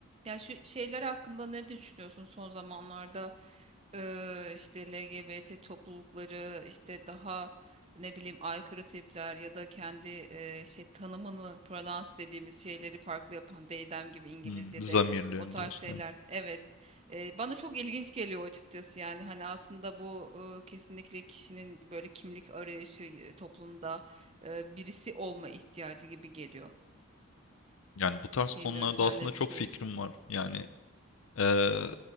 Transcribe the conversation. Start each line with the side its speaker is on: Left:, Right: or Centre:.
Right: Ya şu şeyler hakkında ne düşünüyorsun son zamanlarda Ee, işte LGBT toplulukları işte daha ne bileyim aykırı tipler ya da kendi e, şey tanımını pronouns dediğimiz şeyleri farklı yapan they them gibi İngilizce'de
Left: Hımm, zamirlerin
Right: o tarz
Left: diyorsun,
Right: şeyler.
Left: evet.
Right: Evet Ee, bana çok ilginç geliyor açıkçası yani hani aslında bu e, kesinlikle kişinin böyle kimlik arayışı e, toplumda e, birisi olma ihtiyacı gibi geliyor.
Left: Yani bu tarz konularda
Right: Bilmiyorum sen
Left: aslında
Right: ne
Left: çok
Right: düşünüyorsun?
Left: fikrim var. Yani, Eee,